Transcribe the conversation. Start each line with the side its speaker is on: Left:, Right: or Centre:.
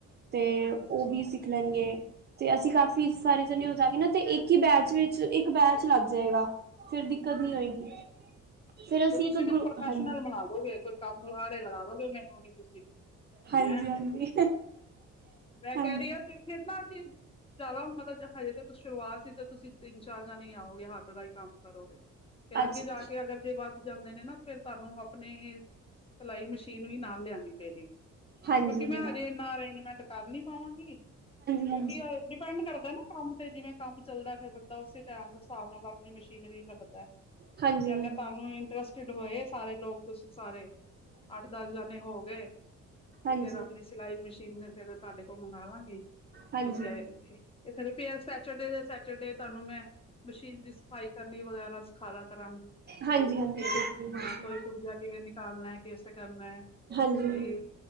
Right: ਤੇ,
Left: ਅੱਛਾ
Right: ਉਹ ਵੀ <unintelligible> ਤੇ ਅਸੀਂ, ਕਾਫੀ ਸਾਰੇ ਜਾਣੇ ਹੋ ਜਾਗੇ ਨਾ ਤੇ, ਇੱਕ ਈ ਬੈਚ ਵਿੱਚ, ਇੱਕ ਬੈਚ ਲੱਗ ਜਾਏਗਾ। ਫੇਰ ਦਿੱਕਤ ਨੀ ਹੋਏਗੀ। ਫੇਰ, ਅਸੀਂ
Left: ਤੁਈ,
Right: ਗਰੁ
Left: ਮੈਨੂੰ ਪ੍ਰੋਫੈਸ਼ਨਲ
Right: ਹਾਂਜੀ
Left: ਬਣਾਦੋਗੇ। ਕੋਈ ਕੰਮ ਆਰੇ ਲਗਾ ਦੋਗੇ ਮੈਨੂੰ ਵੀ ਤੁਸੀਂ।
Right: ਹਾਂਜੀ-ਹਾਂਜੀ,
Left: ਹੈਂ, ਮੈਂ
Right: ਹਾਂਜੀ,
Left: ਕਹਿ ਰਹੀ ਹਾਂ। ਤੇ ਕਿੰਨਾ ਚਿਰ, ਜ਼ਿਆਦਾ ਮਤਲ, ਜ ਹਜੇ ਤੇ ਸ਼ੁਰੂਆਤ ਸੀ। ਤੇ, ਤੁਸੀਂ ਤਿੰਨ-ਚਾਰ ਜਣੇ ਈ ਆਓਗੇ ਹੱਥ ਦਾ ਈ ਕੰਮ ਕਰੋਗੇ, ਫੇਰ
Right: ਅੱਛਾ
Left: ਅੱਗੇ ਜਾ ਕੇ, ਅਗਰ। ਜੇ ਵੱਧ ਜਾਂਦੇ ਨੇ ਨਾ, ਫਿਰ ਤੁਹਾਨੂੰ ਆਪਣੇ ਸਿਲਾਈ ਮਸ਼ੀਨ ਵੀ, ਨਾਲ ਲਿਆਣੀ ਪਏਗੀ। ਕਿਉਂਕਿ,
Right: ਹਾਂਜੀ, ਹਾਂਜੀ।
Left: ਮੈਂ ਹਜੇ ਇੰਨਾ ਅਰੇਂਜਮੈਂਟ ਕਰ ਨੀ ਪਾਵਾਂਗੀ। ਕਿਉਂਕਿ,
Right: ਹਾਂਜੀ-ਹਾਂਜੀ,
Left: <unintelligible> ਕਰਦੈ ਨਾ ਕੰਮ ਤੇ, ਜਿਵੇਂ ਕੰਮ ਚੱਲਦਾ। ਫਿਰ, ਬੰਦਾ ਉਸੇ ਟੈਮ ਹਿਸਾਬ ਨਾਲ, ਆਪਣੀ ਮਸ਼ੀਨਰੀ ਰੱਖਦਾ। ਤੇ,
Right: ਹਾਂਜੀ-ਹਾਂਜੀ, ਹਾਂਜੀ-ਹਾਂਜੀ,
Left: ਅਗਰ ਤੁਹਾਨੂੰ ਇੰਟਰਸਟਡ ਹੋਏ, ਸਾਰੇ ਲੋਕ। ਤੁਸੀਂ ਸਾਰੇ ਅੱਠ ਦਸ ਜਾਣੇ ਹੋ ਗਏ। ਤੇ
Right: ਹਾਂਜੀ।
Left: ਫੇਰ ਆਪਣੀ ਸਿਲਾਈ ਮਸ਼ੀਨ ਫੇਰ ਤੁਹਾਡੇ ਕੋਲੋ ਮੰਗਾਵਾਂਗੀ, ਤੁਸੀਂ
Right: ਹਾਂਜੀ,
Left: ਆਏ ਇੱਥੇ ਇਧਰ। ਫੇਰ ਸੈਟਰਡੇ ਦੇ ਸੈਟਰਡੇ, ਤੁਹਾਨੂੰ ਮੈਂ ਮਸ਼ੀਨ ਦੀ ਸਫਾਈ ਕਰਨੀ ਵਗੈਰਾ ਸਿਖਾਦਾਂ ਕਰਾਂਗੀ
Right: ਹਾਂਜੀ-ਹਾਂਜੀ,
Left: ਤੇ
Right: ਬਿਲਕੁਲ-ਬਿਲਕੁਲ,
Left: ਕੋਈ ਪੁਰਜਾ ਕਿਵੇਂ ਨਿਕਾਲਣਾ ਐ, ਕੈਸੇ ਕਰਨਾ ਐ
Right: ਹਾਂਜੀ-ਹਾਂਜੀ।
Left: ਇਹ।